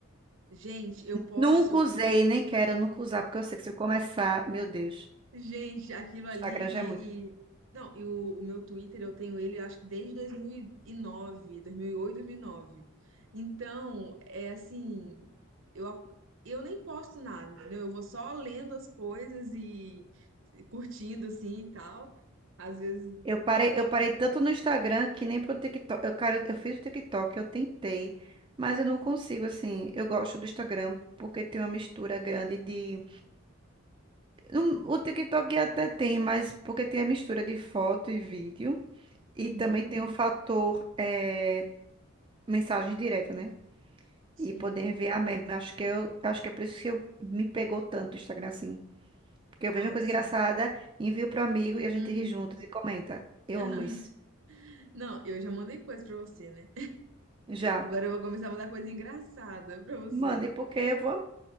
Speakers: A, on the right (about 65°); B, on the right (about 25°).
A: Gente, eu posso
B: Nunca usei, nem quero nunca usar, porque eu sei que se eu começar, meu Deus,
A: Gente, aquilo ali
B: Instagram
A: e,
B: já é muito.
A: e- não, e o, o meu Twitter eu tenho ele acho que desde dois dois dois mil mil e e nove, oito, dois mil e nove. Então, é assim, eu a- eu nem posto nada, entendeu? Eu vou só lendo as coisas e, e curtindo assim e tal. Às vezes,
B: Eu parei, eu parei tanto no Instagram que nem pro TikTok. Eu, cara, eu, eu fiz o TikTok, eu tentei, mas eu não consigo, assim. Eu gosto do Instagram porque tem uma mistura grande de. Hum, O TikTok até tem, mas porque tem a mistura de foto e vídeo. E
A: uhum,
B: também tem o fator eh, mensagem direta, né?
A: sim.
B: E poder enviar meme. Acho que eu, acho que é por isso que eu, me pegou tanto o Instagram assim. Porque eu vejo
A: Ah,
B: uma coisa
A: sim.
B: engraçada, envio pro amigo e a gente
A: Uhum.
B: ri juntos e comenta. Eu
A: <laughs>
B: amo isso.
A: Não, eu já mandei coisa pra você, né?
B: Já.
A: Agora eu vou começar a mandar coisa engraçada pra você.
B: Mande, porque eu vou